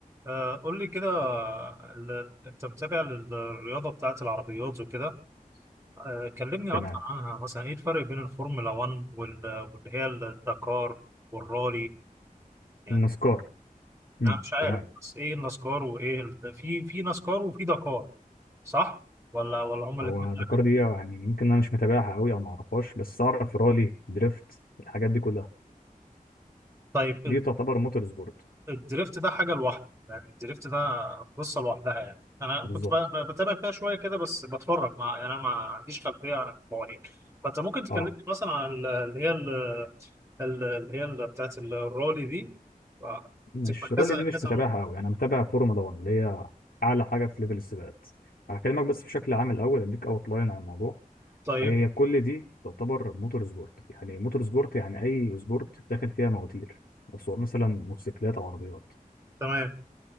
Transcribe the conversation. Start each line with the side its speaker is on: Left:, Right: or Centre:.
Right: آه، قول لي كده ال- انت متابع للرياضه بتاعت العربيات وكده آه، كلمني
Left: تمام
Right: اكتر عنها مثلا ايه الفرق بين الفورمولا 1 وال- واللي هي الدكار والرالي يعني
Left: النسكار امم
Right: انا مش عارف
Left: تمام
Right: بس ايه النسكار وايه ال- في في نسكار وفي دكار صح ولا ولا هما الاثنين
Left: هو الدكار
Right: واحد
Left: دي يعني يمكن انا مش متابعها قوي او ما اعرفهاش بس اعرف رالي دريفت الحاجات دي كلها
Right: طيب
Left: دي تعتبر موتور سبورت
Right: الدريفت ده حاجة لوحده يعني الدريفت ده قصة لوحدها يعني أنا
Left: بالظبط
Right: كنت ب- ب- بتابع فيها شوية كده بس بتفرج مع يعني أنا ما عنديش خلفية عن القوانين فأنت ممكن تكلمني
Left: اه
Right: مثلا عن ال- اللي هي ال- ال- اللي هي ال- بتاعت الرالي دي
Left: مش
Right: بتبقى كذا
Left: رالي دي
Right: كذا
Left: مش متابعها
Right: نوع
Left: قوي انا متابع فورمولا 1 اللي هي اعلى حاجه في ليفل السباقات هكلمك بس بشكل عام الاول اديك اوت لاين عن الموضوع
Right: طيب
Left: هي كل دي تعتبر موتور سبورت يعني موتور سبورت يعني اي سبورت داخل فيها مواتير بس هو مثلا موتوسيكلات او عربيات
Right: تمام